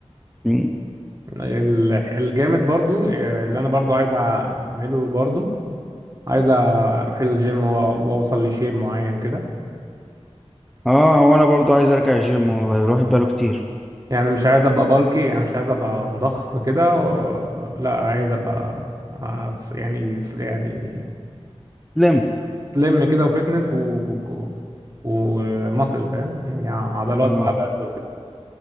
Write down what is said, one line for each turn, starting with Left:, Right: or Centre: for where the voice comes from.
Centre: م.
Right: ال- الجامد برضو اللي انا برضو عايز اعمله برضو عايز اروح الجيم و- واوصل لشيب معين كده
Centre: اه وانا برضو عايز ارجع الجيم والله الواحد بقاله كتير
Right: يعني مش عايز ابقى بالكي يعني مش عايز ابقى مضخم كده و... لا عايز ابقى آه، يعني يعني
Centre: تسلم
Right: سليم كده وفتنس و... و... وماسل فاهم يعني عضلات
Centre: اه
Right: بقى برضه وكده